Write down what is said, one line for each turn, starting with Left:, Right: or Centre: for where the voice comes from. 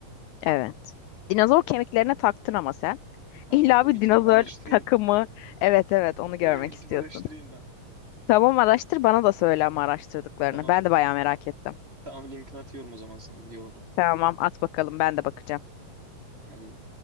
Left: evet. Dinozor kemiklerine taktın ama sen. <laughs>
Right: Ben
Left: İlla
Right: taktım
Left: bir
Right: bir gidip
Left: dinozor
Right: araştırayım.
Left: takımı. Evet evet
Right: <laughs>
Left: onu görmek
Right: Hemen gidip
Left: istiyorsun.
Right: araştırayım ben.
Left: Tamam araştır bana da söyle ama araştırdıklarını.
Right: Tamam.
Left: Ben de bayağı merak ettim.
Right: Tamam linkini atıyorum o zaman sana videoları.
Left: Tamam at bakalım ben de bakacağım.
Right: Hadi